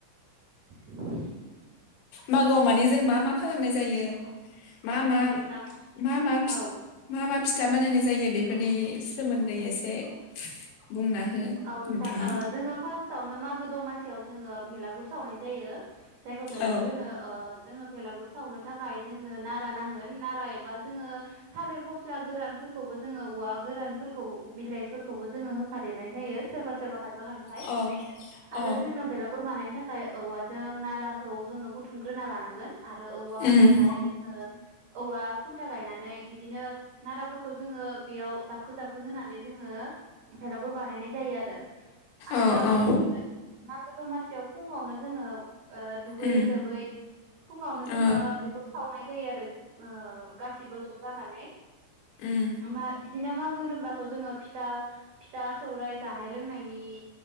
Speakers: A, on the right (about 80°); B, on the left (about 85°).
A: <inaudible>
B: मागोआव माने जों मा मा खालामनाय जायो मा मा
A: औ नोंथां
B: मा मा
A: औ
B: मा फिथा बानायनाय जायो बेफोरनि सोमोन्दै एसे बुंना हो
A: औ नोंथां
B: नोंथाङा
A: जोङो फार्स्ट फार्स्टआवनो मागो दमासियाव जोङो भेलागुर सावनाय जायो जायखौ बेलागुर
B: औ
A: होनो जोो बेलागुर सावनो थाखाय जोंनो नारा नांगोन नारा एबा जोङो थालिर फस्ला गोरानफोरखौबो जोङो औवा गोरानफोरखौ बिलाइफोरखौबो जोङो होफादों जायो सोरबा सोरबाहाय बाहाय बाहाय
B: अ
A: आरो
B: अ
A: जोंनो बेलागुर मानायनि थाखाय औवाजों नाराखौ जोङो बुथुमग्रोना लानांगोन आरो औवा
B: उम
A: दाननानै जोङो औवा खुन्था गायनानै बिदिनो नाराफोरखौ जोङो बेयाव जाबखो जाबखो होनानै जोङो बानायनाय जायोआरो आरो
B: अ अ
A: बिदिनो मागो दमासियाव फुङावनो जोङो ओ दुगैयै
B: उम
A: लोबै फुङावनो जोङो
B: ओ
A: बेखौ सावनाय जायोआरो ओ गासैबो ज' जानानै
B: उम
A: मा बिदिनो मागो होनोब्लाथ जोङो फिथा फिथा सौराय जानाय लोंनायनि